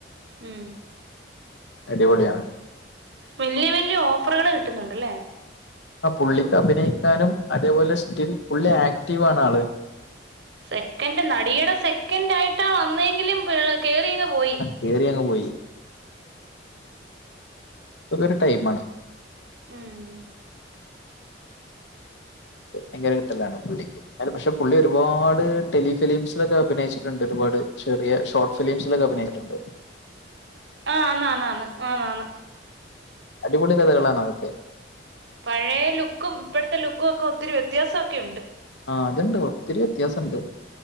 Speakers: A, on the right; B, on the left.
A: ഉം
B: അടിപൊളിയാണ്
A: വല്ല്യ വല്ല്യ ഓഫറുകൾ കിട്ടുന്നുണ്ട്ല്ലേ
B: ആഹ് പുള്ളിക്ക് അഭിനയിക്കാനും അതേപോലെ സ്റ്റിൽ പുള്ളി ആക്റ്റീവാണ് ആള്
A: സെക്കൻഡ് നടിയുടെ സെക്കൻഡായിട്ടാ വന്നെങ്കിലും പി കേറിങ്ങ് പോയി
B: കേറിഅങ് പോയി അതൊരു ടൈമാണ്
A: ഉം
B: പിന്നങ്ങനൊരു കിട്ടലാണ് പുള്ളിക്ക് അയ്ല പക്ഷെ പുള്ളി ഒരുപാട് ടെലിഫിലിംസിലൊക്കെ അഭിനയിച്ചിട്ട്ണ്ട് ഒരുപാട് ചെറിയ ഷോർട്ട് ഫിലിംസിലൊക്കെ അഭിനയിച്ചിട്ട്ണ്ട്
A: ആഹ് ന്നാന്നാന്ന് ആന്ന്
B: അടിപൊളി ലതകളാണ് അവൾക്ക്
A: പഴേ ലുക്കും ഇപ്പഴ്ത്തെ ലുക്കൊക്കെ ഒത്തിരി വ്യത്യാസ ഒക്കെയുണ്ട്
B: ആഹ് അത്ണ്ട് ഒത്തിരി വ്യത്യാസണ്ട്